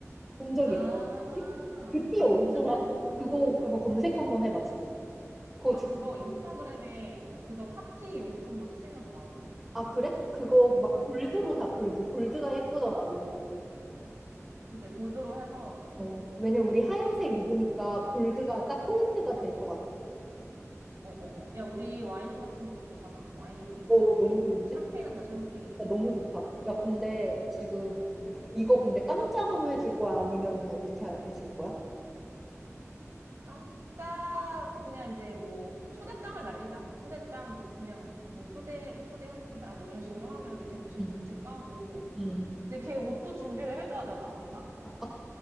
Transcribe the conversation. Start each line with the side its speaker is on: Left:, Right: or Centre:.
Centre: 본 적
Right: 아,
Centre: 있어? 혹시? 그
Right: 아,
Centre: 띠 어디서
Right: 요즘에도,
Centre: 사? 그거, 그거 검색 한번 해봐, 지금. 그거
Right: 아,
Centre: 주...
Right: 그거 인스타그램에 그거 파티 용품 뭐 치면 다 나오거든?
Centre: 아, 그래? 그거 막
Right: 어,
Centre: 골드로
Right: 어.
Centre: 사, 골드. 골드가 예쁘더라고.
Right: 그치, 골드로 해서,
Centre: 어, 왜냐면 우리 하얀색 입으니까 골드가 딱 포인트가 될 것 같아.
Right: 어, 어, 어. 야, 우리 와인 같은 것도 사자. 와인, 이거
Centre: 오,
Right: 샴페인,
Centre: 너무 좋은데?
Right: 샴페인을 사자, 샴페인.
Centre: 야, 너무 좋다. 야, 근데 지금
Right: 응.
Centre: 이거 근데 깜짝으로 해줄 거야? 아니면 어떻게 하- 해줄 거야?
Right: 깜짝, 그냥 이제 뭐, 초대장을 날리자. 초대장, 그냥 뭐, 초대, 초대합니다. 뭐 이런 식으로 하면 이제 대충
Centre: 응.
Right: 눈치 까고.
Centre: 음.
Right: 근데 걔 옷도 준비를 해줘야 되나, 우리가?
Centre: 아,